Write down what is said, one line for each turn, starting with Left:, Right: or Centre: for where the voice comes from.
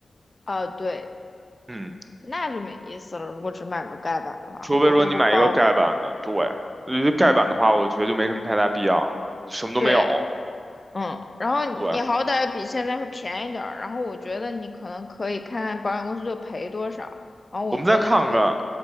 Left: 啊、对，
Right: 嗯，
Left: 那就没意思了。如果只买个盖板的话，
Right: 除非说你买一个盖板的，
Left: 很多都不包。
Right: 对，因为盖板的话，
Left: 嗯，
Right: 我觉得就没什么太大必要，什么都没有。
Left: 对。嗯，然后你好歹比现在会便宜点儿，
Right: 对，
Left: 然后我觉得你可能可以看看保险公司就赔多少，然后我觉得可，
Right: 我们再看看，